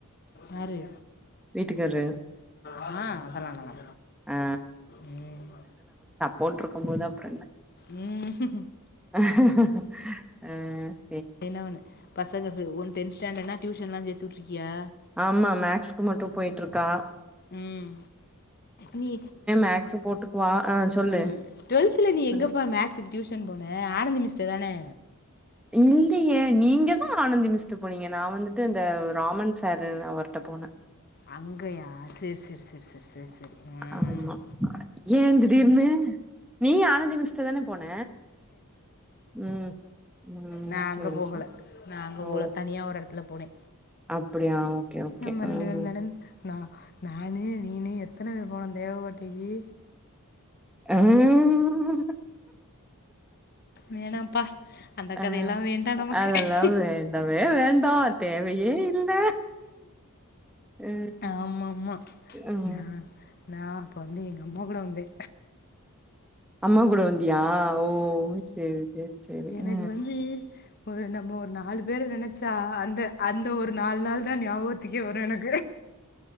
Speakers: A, on the left (about 45°); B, in the centre.
A: யாரு
B: வீட்டுக்காரு
A: ஆ அதெல்லால்லா
B: ஆ
A: ம்
B: போட்ருக்கும் போதா அப்றோ என்ன
A: ம்ஹு
B: அ
A: என்ன ஒண்ணு பசங்க ஒன் டென்த் ஸ்டாண்டர்னா டியூஷன்ல்லா சேத்துவுட்ருக்கியா
B: ஆமா மேக்ஸ்க்கு மட்டு போயிட்டுருக்கா
A: ம் நீ
B: மேக்ஸ் போட்டுக்குவா ஆ சொல்லு
A: ம் டுவெல்த்ல நீ
B: சொல்லு
A: எங்கப்பா மேக்ஸு டியூஷன் போன ஆனந்தி மிஸ்ட தானே
B: இல்லையே நீங்க தா ஆனந்தி மிஸ்ட போனீங்க நா வந்துட்டு இந்த ராமன் சாரு அவர்ட்ட போன
A: அங்கயா செரி செரி செரி செரி செரி செரி செரி ம்
B: ஆமா ஏ தீடீர்னு நீயு ஆனந்தி மிஸ்ட தான போன ம் ம்
A: நா அங்க
B: சேரி
A: போகல
B: சேரி
A: நா அங்க
B: ஓ
A: போகல தனியா ஒரு எடத்துல போனே
B: அப்டியா ஓகே ஓகே
A: நம்ம ரெண்டு
B: ம்
A: பேருந்தான நா நானு நீனு எத்தன பேரு போனோ தேவகோட்டைக்கி
B: உஹம்
A: வேணாம்ப்பா அந்த
B: அ
A: கதையெல்லாம் வேண்டாம் நமக்கு
B: அதெல்லா வேண்டவே வேண்டா தேவையே இல்ல ம்
A: ஆமாமா
B: ம்
A: நா நா அப்போ வந்து எங்க அம்மா கூட வந்தே
B: அம்மா கூட வந்தியா ஓ செரி செரி செரி
A: எனக்கு
B: அ
A: வந்து ஒரு நம்ம ஒரு நாலு பேரு நெனச்சா அந்த அந்த ஒரு நாலு நாள் தா ஞாபகத்துக்கே வரு எனக்